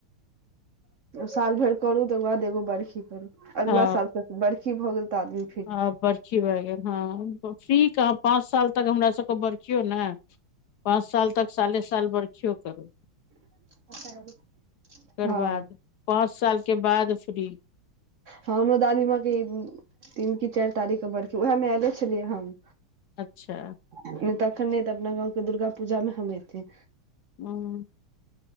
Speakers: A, on the right; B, on the left.
A: साल भैर करू, तकर बाद एगो बरखी करू, अगला
B: हँ
A: सालस बरखी भऽ गेल ताधरि।
B: आ बरखी भै गेल, हं फ्री कहां पांच साल तक हमरा सबके बरखीयो ने। पांच साल तक साले साल बरखीयो करू।
A: <inaudible>
B: ओकर
A: हँ
B: बाद, पांच साल के बाद फ्री।
A: हमरो दादी मांके इ तीन की चारि तारीख के बरखी, उऐह मे एले छलियै हम।
B: अच्छा।
A: नहि तखन नहि, तऽ अपना गाँव के दुर्गा पूजामे हम ऐथि।
B: हुं